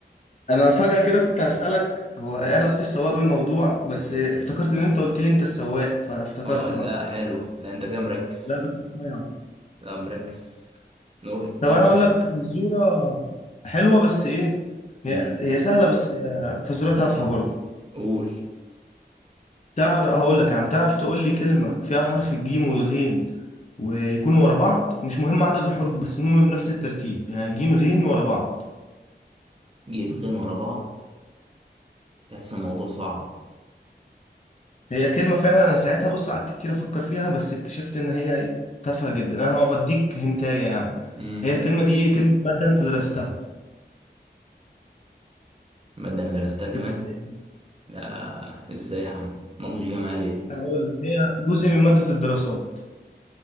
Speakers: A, on the left; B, on the right.
A: انا فجاه كده كنت هسالك هو ايه علاقه السواق بالموضوع بس افتكرت ان انت قلت لي انت السواق فافتكرت
B: اه لا
A: بقى
B: حلو لا انت كده مركز
A: لا بس صحيح
B: لا مركز نو-
A: طب
B: نكتة
A: انا اقول
B: حلوة
A: لك فزوره حلوه بس ايه
B: امم
A: هي هي سهله بس آه، فزوره تافهه برضه
B: قول
A: تعرف هقول لك يا عم تعرف تقول لي كلمه فيها حرف الجيم والغين ويكونوا ورا بعض مش مهم عدد الحروف بس المهم بنفس الترتيب يعني جيم غين ورا بعض
B: جيبين ورا بعض تحس الموضوع صعب
A: هي كلمه فعلا انا ساعتها بص قعدت كتير افكر فيها بس اكتشفت ان هي ايه تافهه جدا انا هوديك هنتايه يا عم
B: امم
A: هي الكلمه دي كلمه ماده انت درستها
B: مادة انا درستها كمان
A: في ابتدائي.
B: ده ازاي يا عم ما مش جاي معايا ليه
A: هقول لك هي جزء من ماده الدراسات